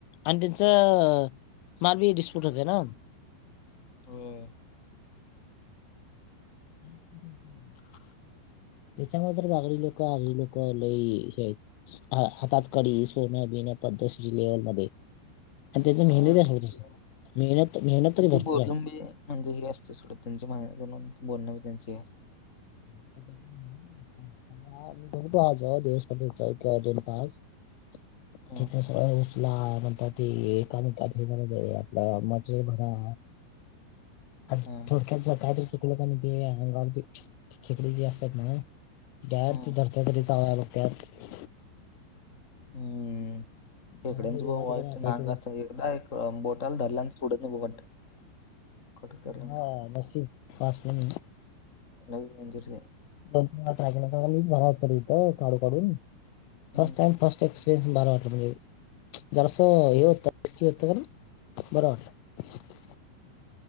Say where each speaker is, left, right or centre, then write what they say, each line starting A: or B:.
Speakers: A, on the left (about 85°); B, on the left (about 25°).
A: त अ मामी बी सुटते ना -
B: हो. <unintelligible>
A: <unintelligible>
B: ह <inaudible>
A: त्याच्यामुळे तर लागलो, <unintelligible> लोक आगरी लोक लई हे ह हातात कडी सोन बिन पद्ध <unintelligible> आणि त्याच
B: हा
A: मेहनत आहेस,
B: ते-
A: मेहनत मेहनत
B: आणि
A: तरी भरपूर
B: ती बोलून
A: आहे.
B: बी म्हणजे हे असते सोडं त्यांच्या मतून बोलण त्यांचे हे असते
A: बघतो, <unintelligible> दीड तास
B: हा
A: ठीक. <unintelligible> उचला म्हण ती एका मिनटात <unintelligible> आपला मटेरियल भरा. आ
B: हा
A: थोडक्यात जे काहीतरी चुकलं ते अंगावर खेकडी जे असतात ना त्यात
B: हा
A: धरत्या कधी तरी चालायला बघ त्यात
B: हम्म. खेकड्याच
A: मला देवा
B: बा
A: ते
B: वाईट
A: काय काय
B: नांग
A: केलं
B: असतात, एकदा एका बोटाला धरल्यान सोडच नाही ब बोट कट करून
A: हा
B: टाकतं
A: नसीब <unintelligible>
B: <unintelligible>
A: दोनॅ मी झाला होत इथं काडू काढून
B: हम्म
A: फर्स्ट टाईम फर्स्ट <unintelligible> एक्स्पर्ट <unintelligible> वाटलं म्हजे जरासं हे होत की, होतं बरं वाटलं.